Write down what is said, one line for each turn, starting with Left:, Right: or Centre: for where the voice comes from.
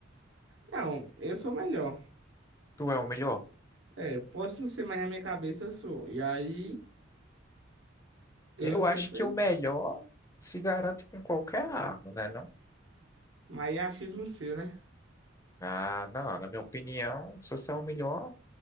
Right: não, eu sou melhor.
Left: Tu é o melhor?
Right: É, posso não ser, mas na minha cabeça eu sou. E aí, eu
Left: Eu
Right: sempre.
Left: acho que o melhor se garante com qualquer arma, né, não?
Right: Mas é achismo seu, né?
Left: Ah, não, na minha opinião, se você é o melhor,